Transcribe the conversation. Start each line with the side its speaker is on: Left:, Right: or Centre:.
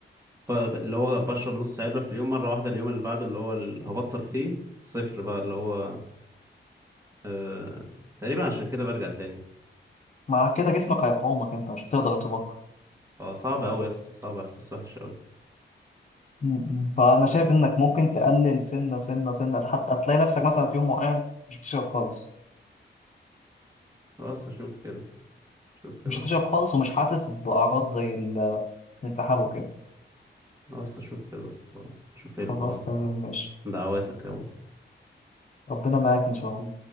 Right: ب... ب- اللي هو بشرب نص علبة في اليوم مرة واحدة اليوم اللي بعده اللي هو اللي هبطل فيه صفر بقى اللي هو آه... تقريبا عشان كده برجع تاني
Left: مع كده جسمك هيقاومك أنت مش هتقدر تبطل
Right: اه صعب أوي يا اسطى صعب احساس وحش أوي
Left: م- م. فأنا شايف إنك ممكن تقلل سنة سنة سنة حتى هتلاقي نفسك مثلا في يوم معين مش بتشرب خالص
Right: خلاص اشوف كده اشوف كده
Left: مش
Right: يا
Left: هتشرب
Right: اسطى
Left: خالص ومش حاسس بأعراض زي ال- الانسحاب وكده
Right: خلاص اشوف كده يا اسطى شوف ايه
Left: خلاص
Right: الحوار ده
Left: تمام ماشي
Right: دعواتك يلا
Left: ربنا معاك إن شاء الله